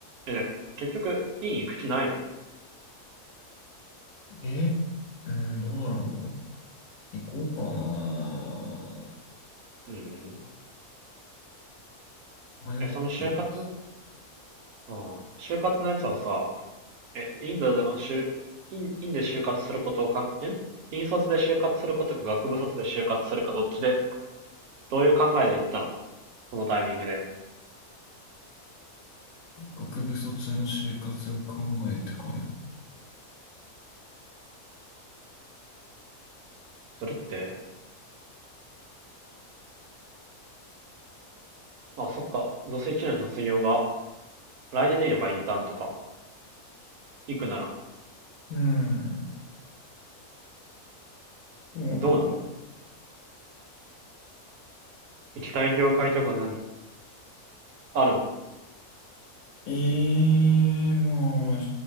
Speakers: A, on the right; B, on the left.
A: え、結局、院行く気ないの
B: え、うーん、どうだろう。行こうかな。
A: うん。
B: 迷ってます。
A: え、その就活ああ、就活のやつはさ、え、インドの就、院、院で就活することをかん、え院卒で就活することか学部卒で就活するかどっちで、どういう考えで行ったのこのタイミングで。
B: 学部卒の就活を考えてかな。
A: それって、あ、そっか、どうせ一年卒業が、来年でいいのかインターンとか、行くなら、
B: うん。そうなんだ。
A: どうなん行きたい業界とか何あるの
B: ええーまあ、